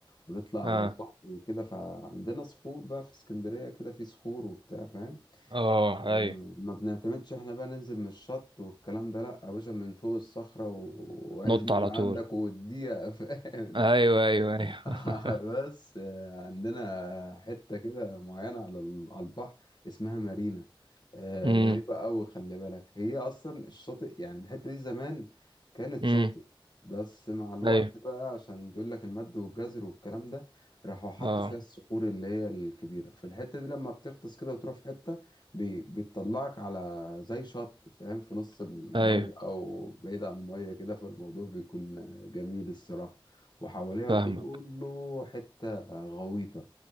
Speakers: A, on the left; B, on the right.
A: ونطلع
B: اه
A: على البحر وكده فعندنا صخور بقى في اسكندرية كده في صخور وبتاع فاهم
B: اه
A: آه،
B: ايوه
A: ما بنعتمدش احنا بقى ننزل من الشط والكلام ده لا يا باشا من فوق الصخرة و- وعزم
B: نط
A: يبقى
B: على طول
A: عندك واديها <laughs> فاهم
B: ايوه ايوه ايوه
A: <laughs>
B: <laughs>
A: بس آه، عندنا حتة كده معينة على ال- على البحر اسمها مارينا آه،
B: امم
A: غريبة أوي خلي بالك هي أصلا الشاطئ يعني الحتة دي زمان كانت
B: امم
A: شاطئ بس مع الوقت
B: ايوه
A: بقى عشان بيقول لك المد والجزر والكلام ده راحوا حطوا
B: اه
A: فيها الصخور اللي هي الكبيرة فالحتة دي لما بتغطس كده وتروح في حتة بي- بتطلعك على زي شط فاهم في نص المية
B: ايوه
A: أو بعيد عن المية كده فالموضوع بيكون جميل الصراحة وحواليها
B: فاهمك
A: كله حتة غويطة